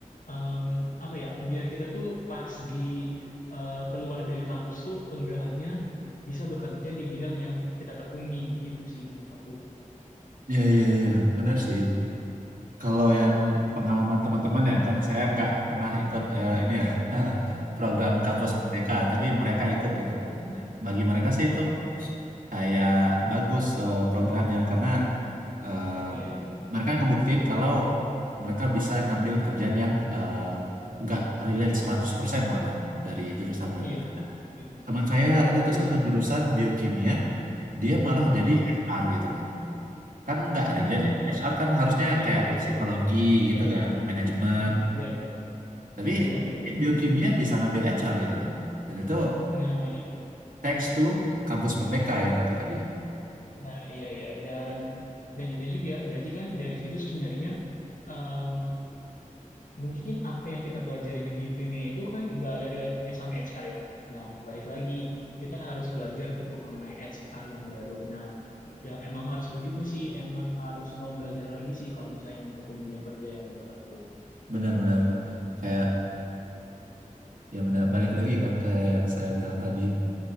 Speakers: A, on the left (about 75°); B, on the right (about 85°).
A: em, apa ya biar kita tuh pas di eh, keluar dari kampus tuh enggak hanya bisa bekerja di bidang yang kita tekuni gitu sih menurut aku.
B: Iya iya iya benar sih. Kalau yang pengalaman teman-teman ya kan saya nggak pernah ikut eh, ini ya <laughs> program kampus
A: Ah,
B: mereka, tapi mereka ikut gitu.
A: iya.
B: bagi mereka sih
A: Ah,
B: itu kayak bagus eh, programnya karena eh,
A: ya ya
B: mereka ngebuktiin kalau mereka bisa ngambil kerjaan yang eh, nggak relate 100% malah dari jurusan mereka.
A: Iya, gitu
B: Teman
A: mas.
B: saya ada
A: Itu
B: tuh satu
A: sih.
B: jurusan biokimia, dia malah jadi
A: Ah,
B: HR gitu loh. Kan nggak relate
A: Hmm,
B: ya.
A: nah,
B: HR kan harusnya
A: iya
B: kayak
A: itu
B: psikologi gitu
A: ya,
B: kan, manajemen.
A: hmm, iya iya,
B: Tapi
A: benar benar
B: dia
A: benar.
B: biokimia bisa ngambil HR gitu loh. Dan itu
A: Nah itu,
B: thanks to kampus Merdeka gitu kata dia.
A: nah iya iya dan dan itu juga berarti kan dari situ sebenarnya em, mungkin apa yang kita pelajari di bikinnya itu kan nggak ada relate-nya sama HR ya. Nah balik lagi kita harus belajar tuh mengenai HR yang baru. Nah ya emang harus begitu sih, emang harus mau belajar lagi sih kalau misalnya untuk ke dunia kerja yang menurut aku.
B: Benar-benar kayak ya benar balik lagi kan ke yang saya bilang tadi